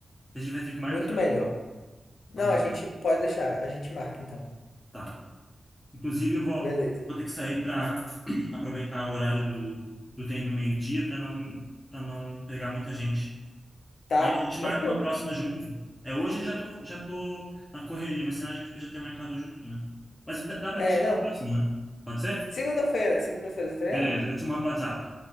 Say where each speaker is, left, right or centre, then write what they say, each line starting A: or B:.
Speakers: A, on the left (about 20°); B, on the left (about 80°).
A: A gente vai ter que marcar.
B: muito melhor. Não,
A: Então tá,
B: a gente pode deixar, a gente marca então.
A: tá. Inclusive, eu vou,
B: Beleza.
A: vou ter que sair para <clears throat> aproveitar o horário do, do trem do meio-dia para não, para não pegar muita gente.
B: Tá?
A: Aí a gente
B: Tranquilo.
A: marca uma próxima junto. É, hoje eu já tô, co- já tô na correria, mas senão a gente podia ter marcado junto, né? Mas dá, dá para
B: É,
A: deixar
B: não.
A: para próxima, né? Pode ser?
B: Segunda-feira, segunda-feira você treina?
A: Beleza, eu te mando o WhatsApp.